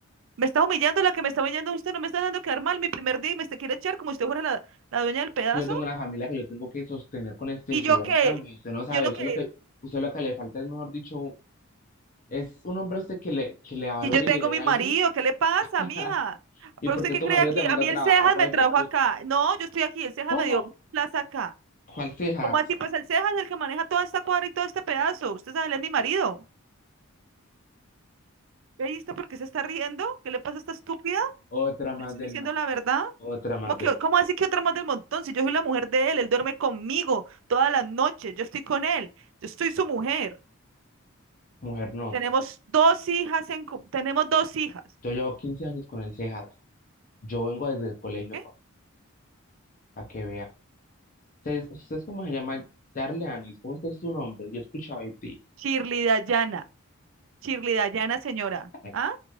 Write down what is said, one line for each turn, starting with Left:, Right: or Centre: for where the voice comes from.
Right: Me está humillando la que me está humillando usted, no me está dejando quedar mal mi primer día y me te quiere echar como si usted fuera la, la dueña del pedazo.
Left: Que Yo tengo una familia que yo tengo que sostener con este
Right: Y
Left: sudor,
Right: yo que,
Left: mami. Usted no sabe,
Right: yo no
Left: usted
Right: que,
Left: lo que, usted lo que le falta es, mejor dicho, un- es un hombre a usted que le, que le valore
Right: que yo tengo
Left: y le dé
Right: mi
Left: algo.
Right: marido, ¿qué le
Left: <laughs>
Right: pasa, mija?
Left: ¿Y
Right: ¿Pero
Left: por
Right: usted
Left: qué
Right: qué
Left: tu
Right: cree
Left: marido
Right: aquí?
Left: te manda
Right: A mí
Left: a
Right: el
Left: trabajar,
Right: Cejas
Left: ay,
Right: me trajo
Left: puta?
Right: acá. No, yo estoy aquí, el Cejas
Left: ¿Cómo?
Right: me dio plaza acá.
Left: ¿Cuál cejas?
Right: ¿Cómo así? Pues el Cejas es el que maneja toda esta cuadra y todo este pedazo. Usted sabe, él es mi marido. ¿Ve ahí está por qué se está riendo? ¿Qué le pasa a esta estúpida?
Left: Otra más
Right: ¿Le estoy
Left: del
Right: diciendo
Left: montón.
Right: la verdad?
Left: Otra más
Right: ¿Cómo que,
Left: del...
Right: cómo decir que otra más del montón? Si yo soy la mujer de él, él duerme conmigo todas las noches, yo estoy con él, yo estoy su mujer.
Left: Mujer, no.
Right: Tenemos dos hijas en, co- tenemos dos hijas.
Left: Yo llevo 15 años con el cejas. Yo vengo desde el colegio,
Right: ¿Qué?
Left: para que vea. ¿Ustedes, ustedes cómo se llama Darle Anis? ¿Cómo es que es su nombre? Yo escuchaba de ti.
Right: Shirley Dayana, Shirley Dayana, señora.
Left: Ay,
Right: ¿Ah?